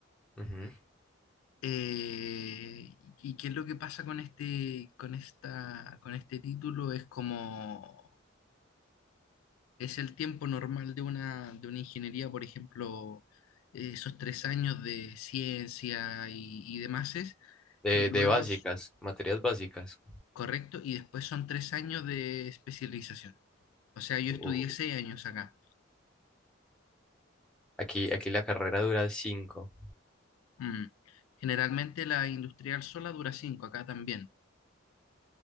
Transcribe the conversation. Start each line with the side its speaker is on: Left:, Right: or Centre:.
Centre: Ujú.
Left: Eh, ¿y qué es lo que pasa con este, con esta, con este título? Es como es el tiempo normal de una, de una ingeniería, por ejemplo, eh, esos tres años de ciencia y, y demás, es,
Centre: De,
Left: y luego,
Centre: de básicas,
Left: s-
Centre: materias básicas.
Left: correcto, y después son tres años de especialización. O sea, yo
Centre: Uh,
Left: estudié seis años acá.
Centre: Aquí, aquí la carrera dura cinco.
Left: Mm. Generalmente la industrial sola dura cinco, acá también.